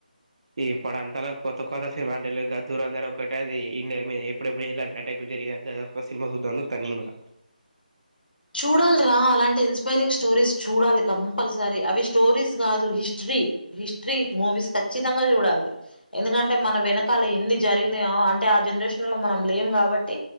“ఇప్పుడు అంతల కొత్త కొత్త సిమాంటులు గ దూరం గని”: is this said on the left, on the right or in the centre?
Right